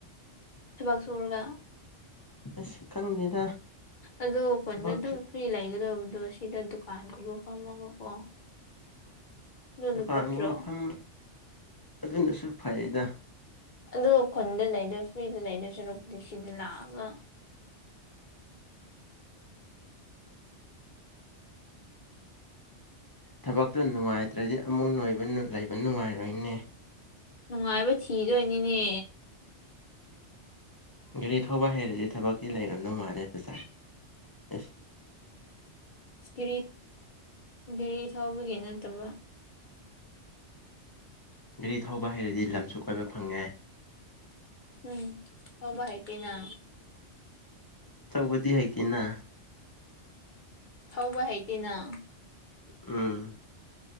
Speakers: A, on the left; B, on the left.
A: ꯊꯕꯛ ꯁꯨꯔꯒ
B: ꯑꯁ ꯈꯪꯗꯦꯗ
A: ꯑꯗꯨ ꯀꯟꯗꯣ
B: ꯊꯕꯛ
A: ꯑꯗꯨꯝ ꯐ꯭ꯔꯤ ꯂꯩꯒꯗꯕ ꯑꯗꯣ ꯁꯤꯗ ꯗꯨꯀꯥꯟꯒꯨꯝꯕ ꯐꯝꯃꯒꯀꯣ ꯑꯗꯨꯅ
B: ꯗꯨꯀꯥꯟꯒꯨꯝꯕ
A: ꯐꯠꯇ꯭ꯔꯣ
B: ꯐꯝ ꯑꯗꯨꯅꯁꯨ ꯐꯩꯌꯦꯗ
A: ꯑꯗꯣ ꯈꯨꯟꯗ ꯂꯩꯗꯣꯏ ꯐ꯭ꯔꯤꯗ ꯂꯩꯗꯣꯏ ꯁꯔꯨꯛꯄꯨꯗꯤ ꯁꯤꯗꯤ ꯂꯥꯛꯑꯒ
B: ꯊꯕꯛꯇꯨ ꯅꯨꯡꯉꯥꯏꯇ꯭ꯔꯗꯤ ꯑꯃꯨꯛ ꯅꯣꯏꯕ ꯂꯩꯕ ꯅꯨꯡꯉꯥꯏꯔꯣꯏꯅꯦ
A: ꯅꯨꯡꯉꯥꯏꯕ ꯊꯤꯗꯣꯏꯅꯤꯅꯦ
B: ꯒꯥꯔꯤ ꯊꯧꯕ ꯍꯩꯔꯗꯤ ꯊꯕꯛꯇꯤ ꯂꯩꯔꯝꯗꯧ ꯃꯥꯜꯂꯦ ꯑꯗꯨꯗ ꯑꯦ
A: ꯁ꯭ꯄꯤꯔꯤꯠ ꯒꯦꯔꯤ ꯊꯧꯕꯒꯤ ꯅꯠꯇꯕ
B: ꯒꯥꯔꯤ ꯊꯧꯕ ꯍꯩꯔꯗꯤ ꯂꯝꯁꯨ ꯀꯣꯏꯕ ꯐꯪꯉꯦ
A: ꯎꯝ ꯊꯧꯕ ꯍꯩꯇꯦꯅꯥ
B: ꯑꯆꯧꯕꯗꯤ ꯍꯩꯇꯦꯅ
A: ꯊꯧꯕ ꯍꯩꯇꯦꯅ
B: ꯎꯝ